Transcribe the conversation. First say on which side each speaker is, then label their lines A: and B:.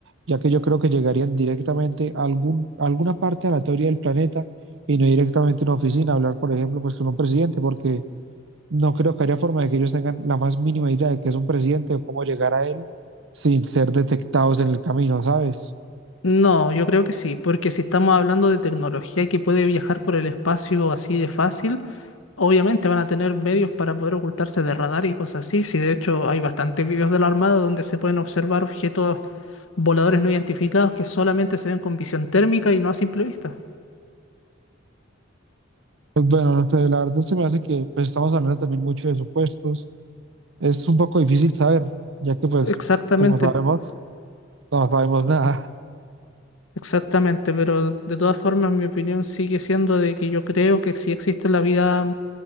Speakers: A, on the right (about 65°); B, on the left (about 75°).
A: ya que yo creo que llegarían directamente a, algún, a alguna parte aleatoria del planeta y no directamente a una oficina, a hablar, por ejemplo, pues con un presidente, porque No creo que haya forma de que ellos tengan la más mínima idea de que es un presidente o cómo llegar a él sin ser detectados en el camino, ¿sabes?
B: No, yo creo que sí, porque si estamos hablando de tecnología que puede viajar por el espacio así de fácil, obviamente van a tener medios para poder ocultarse de radar y cosas así. Si de hecho hay bastantes videos de la Armada donde se pueden observar objetos voladores no identificados que solamente se ven con visión térmica y no a simple vista.
A: Pues bueno, no sé, la verdad se me hace que pues, estamos hablando también mucho de supuestos. Es un poco difícil saber, ya que pues,
B: Exactamente,
A: como sabemos, no sabemos nada.
B: exactamente, pero de todas formas mi opinión sigue siendo de que yo creo que si existe la vida